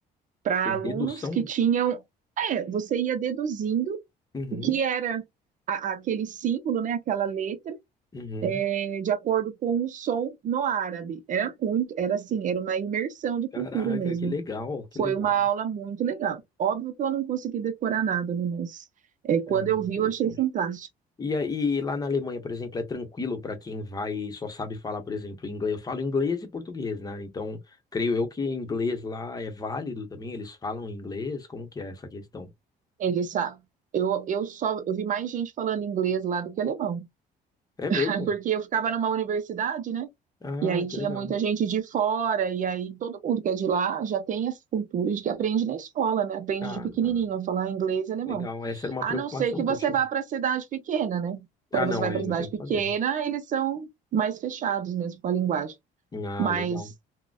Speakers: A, on the right; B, on the left.
A: para
B: Por
A: alunos
B: dedução?
A: que tinham, é, você ia deduzindo
B: Uhum.
A: o que era a- aquele símbolo, né, aquela letra
B: Uhum.
A: é, de acordo com o som no árabe. Era muito, era assim, era uma imersão de
B: Caraca,
A: cultura mesmo.
B: que legal, que
A: Foi
B: legal.
A: uma aula muito legal. Óbvio que eu não consegui decorar nada, né? Mas é, quando
B: Ah,
A: eu
B: interessante.
A: vi, eu achei fantástico.
B: E aí, lá na Alemanha, por exemplo, é tranquilo para quem vai e só sabe falar, por exemplo, inglês. Eu falo inglês e português, né? Então, creio eu que inglês lá é válido também. Eles falam inglês. Como que é essa questão?
A: Ele sabe. Eu, eu só eu vi mais gente falando inglês lá do que alemão,
B: É
A: <laughs>
B: mesmo?
A: porque eu ficava numa universidade, né?
B: Ah,
A: E aí
B: que
A: tinha
B: legal.
A: muita gente de fora, e aí todo mundo que é de lá já tem essa cultura de que aprende na escola, né? Aprende
B: Ah,
A: de pequenininho a falar inglês e alemão.
B: legal. Essa era uma
A: A
B: preocupação
A: não ser que
B: que
A: você
B: eu tinha.
A: vá para a cidade pequena, né? Quando
B: Ah, não,
A: você vai
B: aí
A: para a
B: não
A: cidade
B: tem o que
A: pequena,
B: fazer.
A: eles são mais fechados mesmo com a linguagem.
B: Ah,
A: Mas
B: legal.